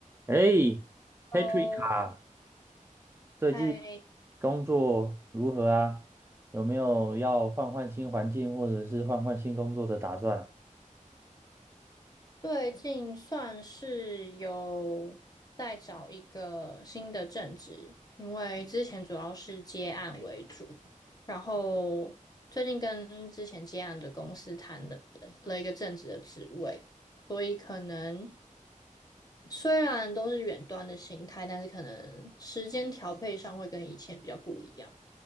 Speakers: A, on the right; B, on the left.
A: 哎，Patrick
B: 哦，
A: 啊，最近
B: 哎，
A: 工作如何啊？有没有要换换新环境或者是换换新工作的打算啊
B: 最近算是有在找一个新的正职，因为之前主要是接案为主，然后最近跟之前接案的公司谈了了一个正职的职位，所以可能虽然都是远端的形态，但是可能时间调配上会跟以前比较不一样。